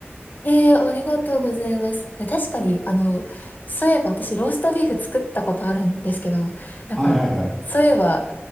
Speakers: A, on the left; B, in the centre.
A: ええーありがとうございます。いや確かに、あの、そういえば私、ローストビーフ作ったことあるんですけど、なんか、
B: はいはいはい。
A: そういえば、